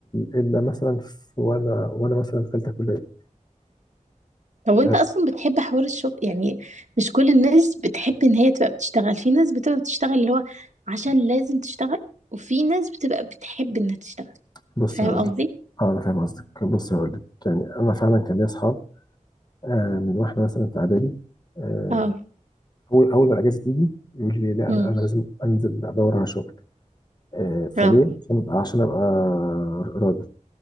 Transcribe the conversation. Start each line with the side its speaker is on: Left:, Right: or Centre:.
Left: الا مثلا في وانا وانا مثلا في ثالثه كليه
Right: طب وانت
Left: آه،
Right: اصلا بتحب حوار الشغل يعني مش كل الناس بتحب ان هي تبقى بتشتغل في ناس بتبقى بتشتغل اللي هو عشان لازم تشتغل وفي ناس بتبقى بتحب انها تشتغل
Left: بص
Right: فاهم
Left: هقول
Right: قصدي
Left: لك اه انا فاهم قصدك بص هقول لك يعني انا فعلا كان لي اصحاب آه، من واحنا مثلا في اعدادي آه،
Right: اه
Left: اول اول ما الاجازه تيجي يقول لي لا
Right: امم
Left: انا انا لازم انزل ادور على شغل آه، فليه؟
Right: اه
Left: عشان عشان ابقى راجل